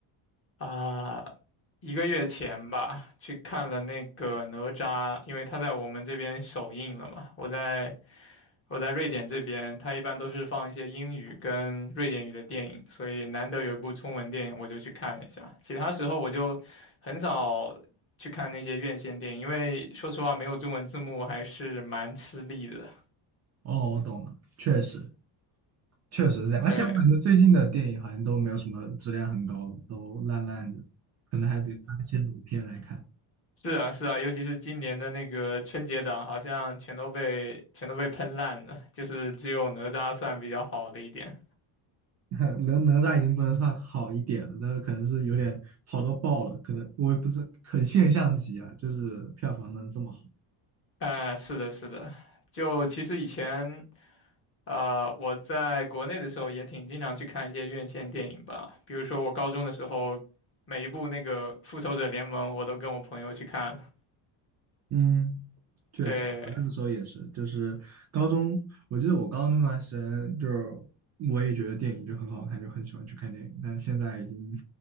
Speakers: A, on the left; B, on the right.
A: 啊，一个月前吧，去看了那个哪吒，因为他在我们这边首映了嘛。我在我在瑞典这边，他一般都是放一些英语跟瑞典语的电影，所以难得有一部中文电影，我就去看了一下。其他时候我就很少去看那些院线电影，因为说实话没有中文字幕还是蛮吃力的。
B: 哦，我懂了，确实确实是这样。
A: 对。
B: 而且我感觉最近的电影好像都没有什么质量很高，都烂烂的，可能还得翻一些老片来看。
A: 是啊，是啊，尤其是今年的那个春节档，好像全都被全都被喷烂了，就是只有哪吒算比较好的一点。
B: <laughs> 哪哪吒已经不能算好一点了，但是可能是有点好到爆了，可能我也不是很现象级啊，就是票房能这么好。
A: 哎、是的，是的，就其实以前呃我在国内的时候也挺经常去看一些院线电影吧，比如说我高中的时候，每一部那个《复仇者联盟》我都跟我朋友去看了。
B: 嗯确实，
A: 对，
B: 我那个时候也是，就是高中，我记得我高中那段时间，就是我也觉得电影就很好看，就很喜欢去看电影，但是现在已经